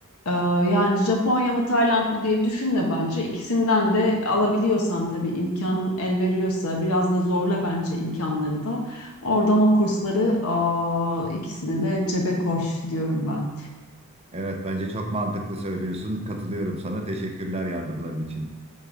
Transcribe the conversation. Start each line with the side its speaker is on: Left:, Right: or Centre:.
Left: e, yani Japonya mı Tayland mı diye düşünme bence. İkisinden de alabiliyorsan tabii imkan el veriyorsa biraz da zorla bence imkanları da. Oradan o kursları e, ikisini de cebe koş diyorum ben.
Right: Evet, bence çok mantıklı söylüyorsun. Katılıyorum sana. Teşekkürler yardımların için.